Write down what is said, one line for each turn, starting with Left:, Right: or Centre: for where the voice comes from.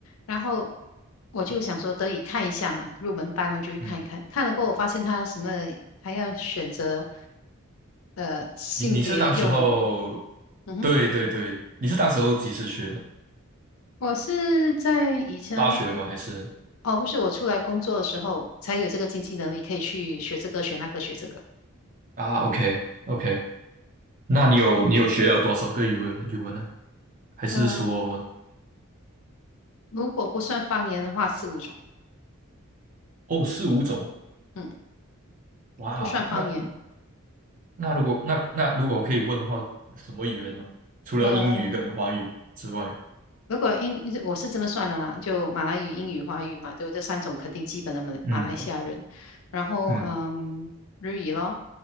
Left: 然后我就想说得以看一下嘛，入门班我就去看一看。
Right: 嗯。
Left: 看了过后，我发现他什么还要选择呃性别用语。
Right: 你你是当时候，
Left: 嗯哼，
Right: 对对对，你是当时候几时学的？
Left: 我是在以前
Right: 大学吗？还是
Left: 哦，不是我出来工作的时候才有这个经济能力可以去学这个学那个学这个。
Right: 啊？OK OK，那你有你有学了多少个语文语文呢？还是说
Left: 嗯、如果不算方言的话，四五种，
Right: 哦四五种？
Left: 嗯，
Right: 哇，
Left: 不算方言。
Right: 那那如果那那如果可以问的话，什么语言吗？除了英语跟华语之外，
Left: 呃，如果英，我是这么算的啦，就马来语、英语、华语嘛，对不对这三种肯定基本的马来马来西亚人。
Right: 嗯
Left: 然后，
Right: 嗯，
Left: 嗯，日语咯，